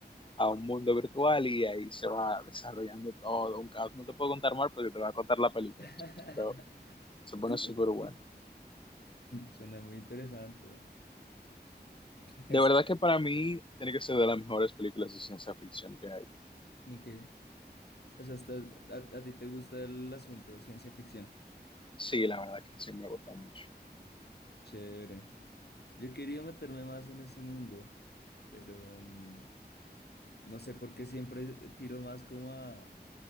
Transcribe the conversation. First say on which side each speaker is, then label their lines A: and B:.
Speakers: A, on the left; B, on the left.
A: a un mundo virtual y ahí se va desarrollando todo, un caos. No te puedo contar más porque te va a contar la película
B: <laughs>
A: después, pero se pone súper bueno.
B: Suena muy interesante. Es,
A: De verdad
B: eh,
A: que para mí tiene que ser de las mejores películas de ciencia ficción que hay.
B: ok, O sea, estás- a, a ti te gusta el asunto de ciencia ficción.
A: Sí, la verdad que sí me gusta mucho.
B: Chévere. Yo quería meterme más en ese mundo, pero mm, no sé por qué siempre tiro más como a,